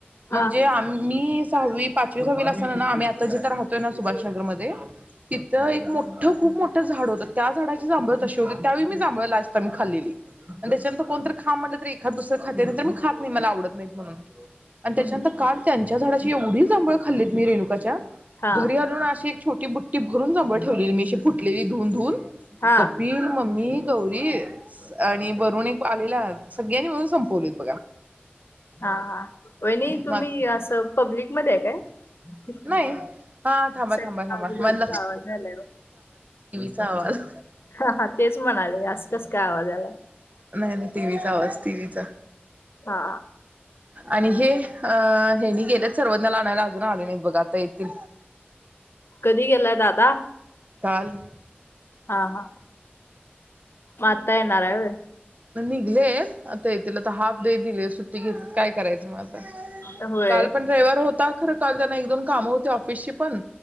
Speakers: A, on the left; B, on the right.
A: हा
B: म्हणजे आम्ही, सहावी पाचवी सहावी ला अस् सन ना आम्ही आता जिथं राहतोय ना सुभाषनगर मध्ये तिथं एक मोठं खूप मोठं झाड होतं त्या झाडायची जांभळं तशी होतीत. त्यावेळी मी जांभळ लास्ट टाइम खाल्लेली आणि त्याच्यानंतर. कोण तर खा म्हणलं तर एखाद दुसर खाते नाही तर मग मी खात नाही. मला आवडत नाही म्हणून आणि त्याच्यानंतर
A: हम्म.
B: काल त्यांनी. त्या झाडाची एवढीच जांभळ खाल्लीत मी, रेणुकाच्या.
A: हा
B: घरी आलून अशी छोटी बुट्टी भरून जांभळ ठेवलेली मी, आशी फुटलेली धुवून-धुवून
A: हा
B: कपिल, मम्मी. गौरी आणि वरुण एक आलेला, सगळ्यांनी मिळून संपवलीत.
A: हा हा वाहिनी, तुम्ही
B: मग
A: असं पब्लिक मध्ये आहे काय?
B: नाही हा थांबा
A: सगळ
B: थांबा थांबा
A: आजू
B: मला
A: बाजूचा आवाज यायलाय.
B: चा आवाज
A: हा हा तेच म्हणाले आस कस काय आवाजा यायलाय?
B: नाही नाही टीव्हीचा आवाज टीव्हीचा
A: हा
B: आणि हे अ हेनी गेल्यात सर्वंदन्याला आणायला अजून आले नाहीत. बघा आता येतील.
A: कधी गेलाय दादा
B: काल.
A: हा हा. म आता येणार हाय होय?
B: निघलेत आता येतील आता हाफ डे दिलेय सुट्टी घेतली काय करायचं म?
A: होय होय
B: काल पण रविवार होता खरं काल त्यांना एक दोन कामं होती ऑफिसची, पण